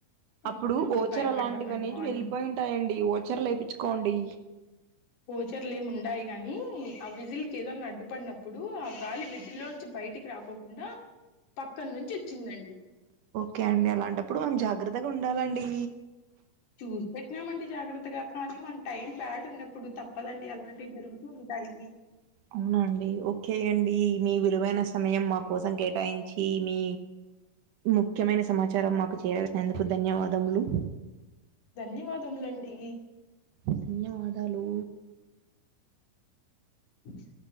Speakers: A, on the right; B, on the left.
A: అప్పుడు
B: అవునండి
A: ఓచర
B: భయపడ్డామండి
A: లాంటివి అనేటివి
B: మార్నింగ్
A: వెళ్ళిపోయుటాయండి ఓచర్ లేపిచ్ కోండి
B: వోచర్లేముండయి గాని ఆ విజిల్కి ఏదన్నా అడ్డుపడినప్పు ప్పుడు ఆ గాలి విజిల్లోంచి బయటికి రాకోకుండా పక్కన్నుంచ్చొచ్చిందండి
A: కే అండి అలాంటప్పుడు మనము జాగ్రత్తగా ఉండాలండి.
B: చూసి పెట్టినామండి జాగ్రత్తగా కానీ మన టైం బ్యాడున్నప్పుడు తప్పదండి అలాంటివి జరుగుతూ ఉంటాయి.
A: అవునా అండి ఓకే అండి మీ విలువైన సమయం మా కోసం కే టాయించి మీ ముఖ్యమైన సమాచారం మాకు చేయాల్సినందుకు ధన్యవాదములు.
B: ధన్యవాదములండి
A: ధన్యవాదాలు
B: చ్